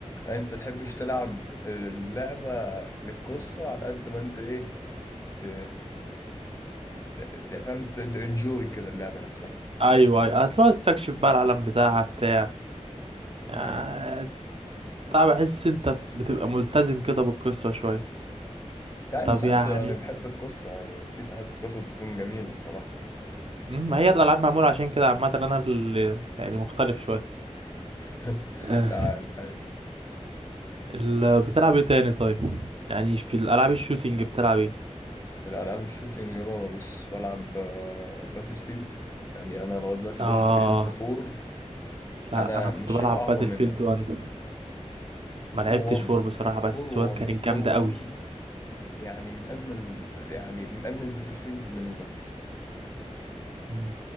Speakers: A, on the left; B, on the right.
A: انت تحبش تلعب اللعبه للقصه على قد ما انت ايه ت... ت... ت- فهمت انت انجوي كده اللعبه نفسها
B: ايوه ايوه هتلاقي استكشف بقى العالم بتاعها بتاع يعني
A: ايوه
B: بتاع بحس انت بتبقى ملتزم كده بالقصه شويه
A: يعني
B: طب
A: ساعات
B: يعني
A: يعني بحب القصة يعني في ساعات قصة بتكون جميلة الصراحة
B: مم، ما هي الألعاب معمولة عشان كده عامة أنا اللي يعني مختلف شوية
A: <laughs>
B: آه،
A: لا لا-
B: ال- بتلعب ايه تاني طيب يعني في الألعاب الشوتينج بتلعب ايه
A: الألعاب الشوتينج يابا بص بلعب آه، باتل فيلد يعني أنا لغاية دلوقتي
B: آه
A: باتل فيلد 4
B: لا
A: أنا
B: أنا كنت
A: مش
B: بلعب
A: شايف أعظم
B: باتل
A: منها
B: فيلد 1 ما لعبتش
A: و1
B: 4 بصراحة بس
A: 4 و1
B: 1 كانت
A: 4
B: جامدة
A: و1
B: قوي
A: يعني من أجمل يعني من أجمل الباتل فيلد اللي نزلت
B: مم.